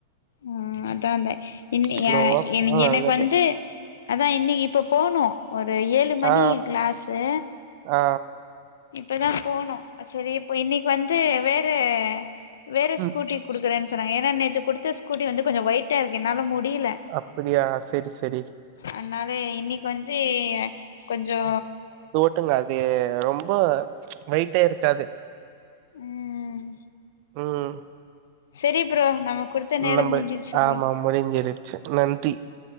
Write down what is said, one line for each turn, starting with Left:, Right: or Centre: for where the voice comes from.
Left: ஆ அதா அந்த இன்ன
Right: ஸ்லோவா
Left: எ எனக்
Right: போனா
Left: எனக்கு
Right: நல்லது
Left: வந்து அதா இன்னைக்கி இப்ப போனு ஒரு ஏழு மணி
Right: ஆ
Left: கிளாசு
Right: ஆ
Left: இப்பதா போனு சரி இப்போ இன்னைக்கி வந்து வேற வேற
Right: ம்
Left: ஸ்கூட்டி குடுக்குறேனு சொன்னாங்க ஏனா நேத்து குடுத்த ஸ்கூட்டி வந்து கொஞ்சோ ஒயிட்டா இருக்கு என்னால முடில
Right: அப்டியா செரி செரி
Left: அதனால இன்னைக்கி வந்து கொஞ்சோ
Right: வுட்டுங்க அது ரொம்ப வெயிட்டே இருக்காது
Left: ம்
Right: ம்
Left: செரி ப்ரோ நமக் குடுத்த நேரம்
Right: நம்ப
Left: முடிஞ்சிருச்சு ப்ரோ
Right: ஆமா முடிஞ்சிருச்சு நன்றி